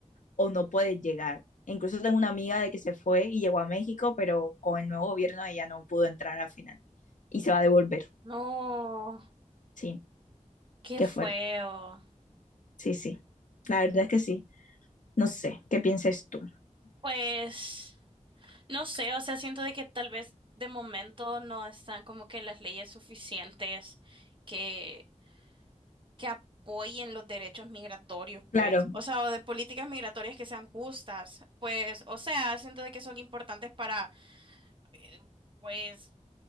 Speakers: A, on the left; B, on the right.
A: o no puedes llegar. Incluso tengo una amiga de que se fue y llegó a México, pero con el nuevo gobierno ella no pudo entrar al final y se va a devolver.
B: No,
A: Sí.
B: qué
A: Qué
B: feo.
A: fuerte. Sí, sí. La verdad es que sí. No sé, ¿qué pienses tú?
B: Pues. No sé, o sea, siento de que tal vez de momento no están como que las leyes suficientes que, que apoyen los derechos migratorios, pues,
A: Claro,
B: o sea, o de políticas migratorias que sean justas, pues, o sea, siento de que son importantes para, eh, pues,